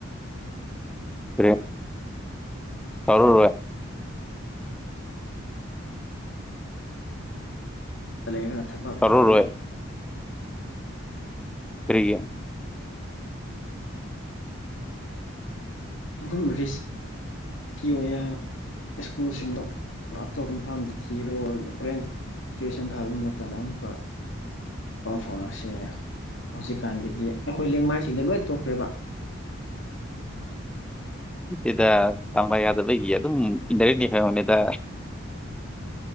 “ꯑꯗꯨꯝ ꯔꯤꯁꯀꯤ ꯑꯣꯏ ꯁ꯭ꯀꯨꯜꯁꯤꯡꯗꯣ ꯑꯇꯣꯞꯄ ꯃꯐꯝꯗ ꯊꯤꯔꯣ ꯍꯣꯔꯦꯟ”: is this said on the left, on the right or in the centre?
Left